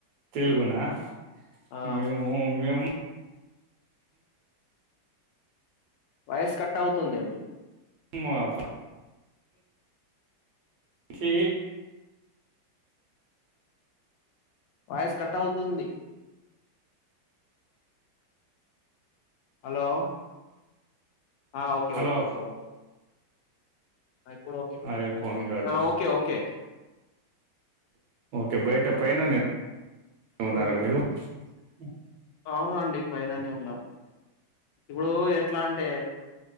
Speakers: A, on the right; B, on the left.
A: తెలుగునా
B: ఆ
A: మేము మేము
B: వాయిస్ కట్ అవుతుంది అండి
A: మావ్ చీ
B: వాయిస్ కట్ అవుతుంది హలో ఆ ఓకే
A: హలో
B: ఓకే ఇప్పుడు ఓకే ఇప్పుడు ఓకే
A: అదే పవన్ గారు
B: ఆ ఓకే ఓకే
A: ఓకే బయట పైన నేను
B: సో,
A: ఉన్నారా మీరు అ
B: అవునండి పైననే ఉన్నాం ఇప్పుడు ఎట్లా అంటే